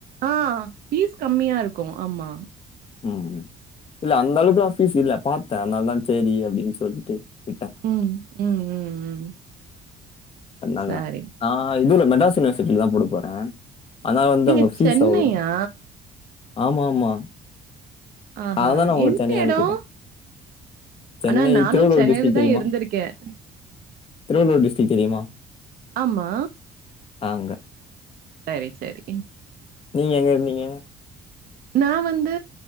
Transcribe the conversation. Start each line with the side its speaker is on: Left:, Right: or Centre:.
Right: ஆ ஃபீஸ் கம்மியாருக்கு ஆமா
Left: ம் ம் இல்ல அந்தளவுக்லா ஃபீஸ் இல்ல பாத்த அதனால தா சேரி அப்டின் சொல்ட்டு விட்டே
Right: ம் ம் ம் ம்
Left: அதனாலதா
Right: சரி
Left: நா இதுல மெட்ராஸ் யூனிவர்சிட்டில தா போட போறே அதனால வந்து
Right: நீங்க
Left: அவுங்க ஃபீஸ்
Right: சென்னையா?
Left: அவ்ளோ ஆமா ஆமா
Right: ஆஹா!
Left: அதான நா உங்கள
Right: எந்த
Left: சென்னை அனுப்பிட்டே
Right: எடம்?
Left: சென்னை
Right: ஆனா நானும்
Left: திருவள்ளுவர்
Right: சென்னையில
Left: டிஸ்டிக் தெரியுமா
Right: தான் இருந்திருக்கேன்.
Left: திருவள்ளுவர் டிஸ்ட்ரிக் தெரியுமா
Right: ஆமா.
Left: அங்க
Right: செரி செரி
Left: நீங்க எங்க இருந்தீங்க
Right: நா வந்து